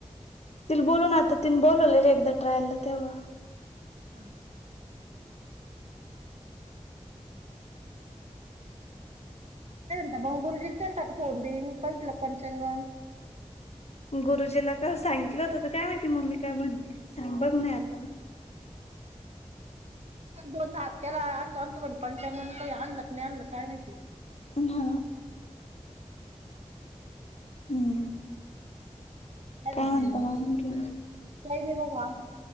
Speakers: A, on the left; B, on the right.
A: तिला बोलव ना आता तिन बोलवलेले एकदा ट्रायल ला तेव्हा
B: हम् <unintelligible>
A: गुरुजीला काल सांगितलं होतं तर काय माहिती मम्मी काय म्हणती सांग बघ नाही आता
B: <inaudible> दोनदा हात केला आणतो आणतो म्हणत <inaudible> काय आणलं नाही आणलं काय माहिती
A: हा हम्म
B: काय करताय
A: म्हणता
B: <inaudible>
A: मग आणखीन
B: काही नाही बघा